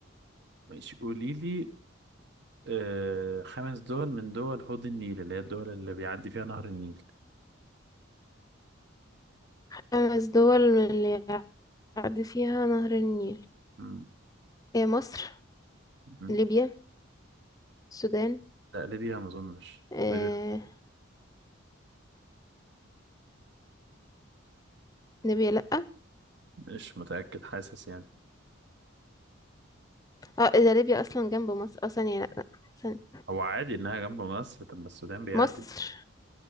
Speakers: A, on the right; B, on the left.
A: ماشي قولي لي آه، خمس دول من دول حوض النيل اللي هي الدول اللي بيعدي فيها نهر النيل
B: خمس دول من اللي يعدي فيها نهر النيل
A: مم.
B: إيه مصر
A: مم.
B: ليبيا السودان
A: لا ليبيا ما اظنش
B: إيه
A: ليبيا
B: ليبيا لأ
A: مش متأكد حاسس يعني
B: اه اذا ليبيا اصلا جنب مصر اه ثانية لأ لأ ثانية
A: هو عادي انها جنب مصر طب ما السودان بيعدي
B: مصر